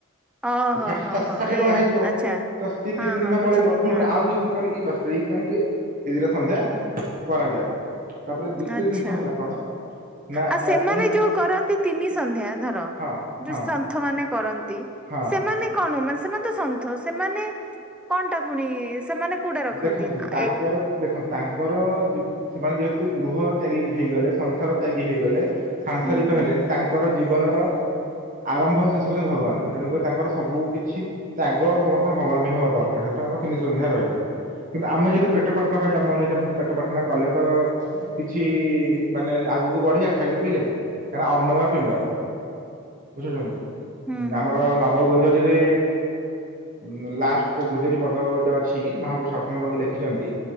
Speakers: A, in the centre; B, on the right (about 40°).
A: ଓହୋ
B: ତ ଷାଠି
A: ହୋ
B: ଷାଠି
A: ହୋ
B: -ଷାଠିଏ
A: ଏଇଆ
B: ଟଙ୍କା ହେଇଯିବ
A: ଆଚ୍ଛା
B: ତ ସିଏ କିଛି
A: ହଁ
B: ଦିନ
A: ହଁ
B: ନେ
A: ବୁଝିଲି
B: ପଳେଇବ। ପୁଣି
A: ହଁ
B: ଫେର୍ ଆଉ କିଛି ଦିନ କରିକି ବାସ୍ ସେଇ ପାଇଁ କିି ଏ ଦିରେ ସନ୍ଧ୍ୟା
A: ହୁଁ
B: କରାଯାଏ। ତାପରେ ଦ୍ଵିତୀୟ
A: ଆଚ୍ଛା
B: ଜିନିଷ ହେଲା କଣ ନା
A: ଆଉ ସେମାନେ
B: ଏଇ
A: ଯୋଉ କରନ୍ତି ତିନି ସନ୍ଧ୍ୟା ଧର
B: ହଁ
A: ଯୋଉ
B: ହଁ
A: ସନ୍ଥ ମାନେ କରନ୍ତି
B: ହଁ
A: ସେମାନେ କଣ ମାନେ ସେ ସେମାନେ ତ ସନ୍ଥ ସେମାନେ କଣ ଟା ପୁଣି-ଇ-ଇ-ଇ ସେମାନେ କୋଉଟା ରଖନ୍ତି
B: ଦେଖନ୍ତୁ ତାଙ୍କର
A: ଏ
B: ଦେଖନ୍ତୁ ତାଙ୍କର ଯି ସେମାନେ ଯେହେତୁ ଗୃହ ତ୍ୟାଗି ହେଇଗଲେ। ସଂସାର ତ୍ୟାଗି ହେଇଗଲେ ସାଂସାରିକ
A: ହୁଁ ହୁଁ
B: ହେଲେନି ତାଙ୍କର ଜୀବନର ଆରମ୍ଭ ଶେଷ ହଉଛନ୍ତି ଭଗବାନ। ତେଣୁକରି ତାଙ୍କର ସବୁ କିଛି ତ୍ୟାଗ ସମର୍ପଣ ଭଗବାନ ପାଇଁ ହିଁ ହବା ଦର ତା ସହିତ ତାଙ୍କର ତିନି ସନ୍ଧ୍ୟା ରହିଲା। କିନ୍ତୁ ଆମେ ଯଦି
A: ହୁଁ।
B: ପେଟ ପାଟଣା ପାଇଁ ଜନ୍ମ ନେଇ ଯେ ମୁଁ ପେଟ ପାଟଣା କଲେ ତ କିଛି ମାନେ ଆଗକୁ ବଢିବା ଖାଇଲେ ପିଇଲେ। ନା ଅର୍ଣ୍ଣମା ପିଣ୍ଡ ବୁଝୁଚନ୍ତି
A: ହୁଁ ହୁଁ
B: ଆମର ନବଗୁଞ୍ଜ ଲାଞ୍ଜିରେ ଉଁ ଲାଷ୍ଟ ପ ଗୁଞ୍ଜରି ପଦ ଗୋଟେ ଅଛି, ମହାପୁରୁଷଙ୍କ ସ ପାକୁ ଲେଖିଛନ୍ତି